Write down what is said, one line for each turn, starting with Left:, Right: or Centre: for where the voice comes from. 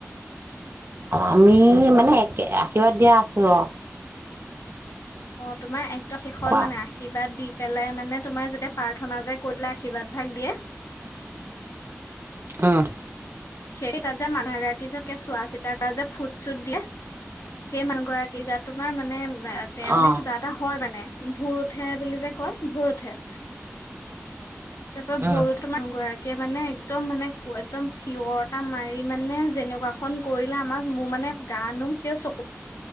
Right: আমি মানে একে আশীৰ্বাদ দিয়া আছো অ।
Left: অ' তোমাৰ এক। শেষত
Right: কোৱা
Left: মানে আশীৰ্বাদ দি। পেলাই মানে তোমাৰ যেতিয়া প্ৰাৰ্থনা যে কৰিলে আশীৰ্বাদ ভাগ দিয়ে।
Right: উম
Left: সেই তাত যে মানুহ এ গৰাকী যে চোৱা চিতা কৰা যে ফুট চুট দিয়া সেই মানুহ গৰাকী গাত তোমাৰ মানে। তেওঁনে
Right: অ
Left: কিবা এটা হয় মানে। ভোৰ উঠে বুলি যে কয় ভোৰ উঠে। তাৰ পৰাৰ
Right: উম
Left: <unintelligible> গৰাকীয়ে মানে একদম মানে একদম চিঞৰ এটা মাৰি মানে যেনেকুৱাখনন কৰিলে আমাক মোৰ মানে গা নুম সেই চকু